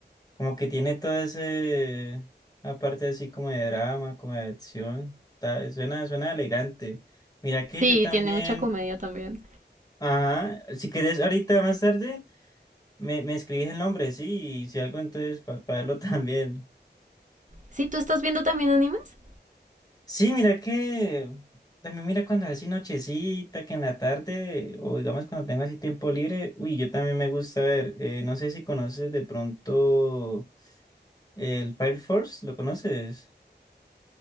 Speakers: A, on the left; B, on the right.
A: Como que tiene todo ese, aparte así como de drama, como de acción, ta- suena, suena elegante. Mira que
B: Sí,
A: yo también,
B: tiene mucha comedia también.
A: ajá, si querés ahorita más tarde, me, me escribís el nombre, sí, y si algo entonces para verlo <laughs> también.
B: Sí, ¿tú estás viendo también animes?
A: Sí, mira que, también mira cuando es así nochecita, que en la tarde, o digamos cuando tengo así tiempo libre, uy, yo también me gusta ver, eh, no sé si conoces de pronto el Fire Force, ¿lo conoces?